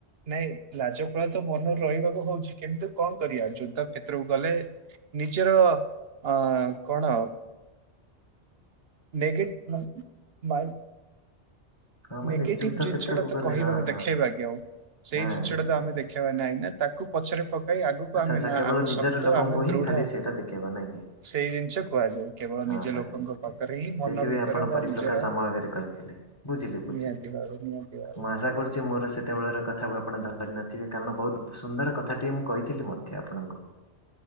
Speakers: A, on the right; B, on the left.
A: ନାଇଁ ଲାଜକୁଳା ତ ମନରୁ ରହିବାକୁ ହଉଛି କିନ୍ତୁ କଣ କରି ବା ଯୁଦ୍ଧ କ୍ଷେତ୍ରକୁ ଗଲେ ନିଜର ଅ କଣ ଆଉ ନେଇକି <unintelligible>
B: ହଁ ମାନେ
A: ନେଗେଟିଭ
B: ନିଯୁକ୍ତ
A: ଜିନିଷ
B: କ୍ଷେତ୍ରକୁ
A: ଟା ତ
B: ଗଲେ
A: କହିବାକୁ
B: ହଁ ହଁ
A: ଦେଖେଇବା
B: ହଁ
A: କି ଆଉ। ସେଇ
B: ହଁ
A: ଜିନିଷଟା
B: ନିହାତି
A: ତ ଆମେ
B: ନିହାତି।
A: ଦେଖେଇବା ନାହିଁ ନା ତାକୁ ପଛରେ ପକାଇ ଆଗକୁ
B: ଆଚ୍ଛା
A: ଆମେ
B: ଆଚ୍ଛା
A: ନା
B: କେବଳ
A: ଆମେ
B: ନିଜର
A: ଶକ୍ତ
B: ଲୋକଙ୍କୁ
A: ଆମେ
B: ହିଁ
A: ଦୃଢ
B: ଖାଲି ସେଇଟା ଦେଖେଇବା ନାଇଁ କି
A: ସେଇ ଜିନିଷ କୁହାଯାଏ। କେବଳ
B: ହଁ
A: ନିଜ
B: ହଁ
A: ଲୋକଙ୍କ
B: ଠିକ୍ ଠିକ୍।
A: ପାଖରେ ହିଁ ମନ
B: ସେଇଥିପାଇଁ
A: ଭିତରେ
B: ଆପଣ
A: ବା
B: ପରିପ୍ରକାଶ
A: ନିଜର
B: ଆମ ଆଗରେ କରିଥିଲେ ବୁଝିଲି ମୁଁ
A: ନିହାତି ଭାବେ ନିହାତି ଭାବେ
B: ଆଶା କରୁଚି ମୋର ସେତେବେଳର କଥାକୁ ଆପଣ ଧ ଧରି ନଥିବେ କାରଣ ବହୁତ ସୁନ୍ଦର କଥାଟିଏ ମୁଁ କହିଥିଲି ମଧ୍ୟ ଆପଣଙ୍କୁ।